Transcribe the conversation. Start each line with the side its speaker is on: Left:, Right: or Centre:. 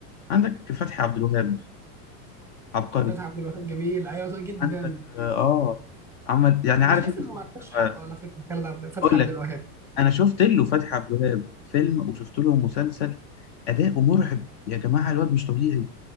Left: عندك فتحي عبد الوهاب عبقري
Centre: فتحي عبد الوهاب جميل ايوه صح جدا
Left: عندك اه آه، عمل يعني عارف
Centre: انا شايف
Left: انت
Centre: انه
Left: الفيلم
Centre: ما عندهاش
Left: بتاع-
Centre: حقه على فكره خالد عبد فتحي
Left: اقول
Centre: عبد
Left: لك
Centre: الوهاب
Left: انا شفت له فتحي عبد الوهاب فيلم وشفت له مسلسل اداؤه مرعب يا جماعه الواد مش طبيعي